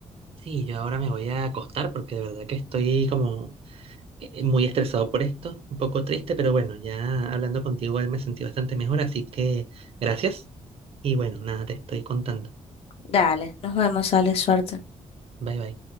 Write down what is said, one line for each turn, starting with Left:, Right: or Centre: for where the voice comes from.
Right: sí, yo ahora me voy a acostar porque de verdad que estoy como eh, muy estresado por esto, un poco triste, pero bueno, ya hablando contigo él me sentí bastante mejor, así que gracias. Y bueno, nada, te estoy contando.
Left: Dale, nos vemos, Ale, suerte.
Right: Bye bye.